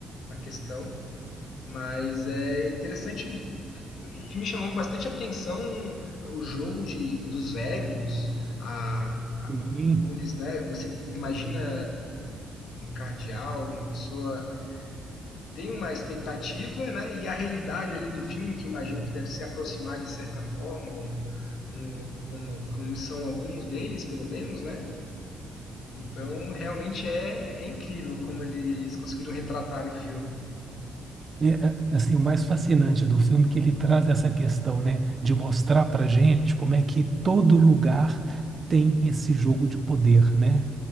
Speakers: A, on the left; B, on the right.
A: na questão. Mas é interessante. que me chamou bastante atenção o jogo de, dos egos, a, a-
B: Sim.
A: como eles, né? Você imagina um cardeal, uma pessoa tem uma expectativa, né? E a realidade ali do filme, que imagino que deve se aproximar de certa forma, no- como, como são alguns deles, pelo menos, né? Então, realmente é, é incrível como eles conseguiram retratar no filme.
B: E, é, assim, o mais fascinante do filme é que ele traz essa questão, né, de mostrar para gente como é que todo lugar tem esse jogo de poder, né?